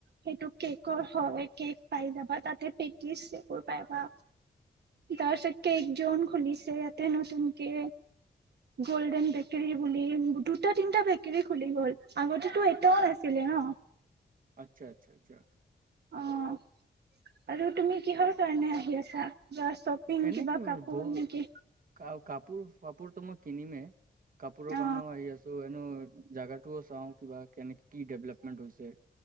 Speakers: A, on the right; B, on the right.
A: সেইটো কেকৰ হয় কেক পাই যাবা তাতে পেটিছবোৰ পাইাবা তাৰপিছত কেক জন খুলিছে ইয়াতে নতুনকে গল্ডেন বেকাৰী বুলি দুটা তিনটা বেকাৰী খুলি গ'ল আগতেতো এটাও নাছিলে। ন
B: আচ্ছা আচ্ছা আচ্ছা
A: অঁ আৰু তুমি কিহৰ কাৰণে আহি আছা। কিবা শ্বপিং
B: এনে
A: কিবা কাপোৰ
B: ব
A: নেকি
B: ক কাপোৰ কাপোৰ মই কিনিমে কাপোৰৰ
A: অ
B: কাৰণেও আহি আছো এনেও জাগাটো ও চাও কিবা কেনে কি ডেভেলপমেন্ট হৈছে।